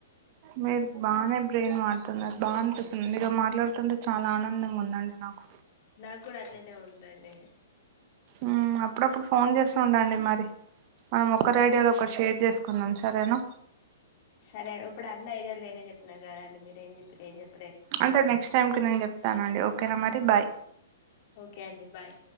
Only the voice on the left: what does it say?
నాగ్గూడ అట్లనే ఉందండి.
సరే
సరే అన్ ఇప్పుడు అన్న ఐడియాలు నేనే చెప్పిన కదాండి మీరేం చెప్పిరు ఏం చెప్
ఓకే అండి బాయ్